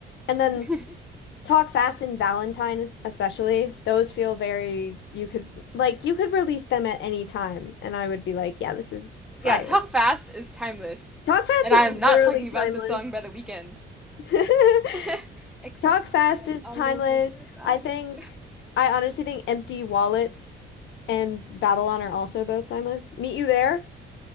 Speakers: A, on the left; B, in the centre.
A: And then
B: <laughs>
A: Talk Fast and Valentine, especially, those feel very, you could, like, you could release them at any time, and I would be like, yeah, this is fire.
B: Yeah, Talk Fast is timeless.
A: Talk Fast
B: And
A: is
B: I am
A: literally
B: not talking
A: timeless.
B: about the song by The Weeknd.
A: <laughs>
B: <laughs> Except
A: Talk fast
B: tatted
A: is
B: all
A: timeless.
B: over her body.
A: I think, I honestly think Empty Wallets and Babylon are also both timeless. Meet You There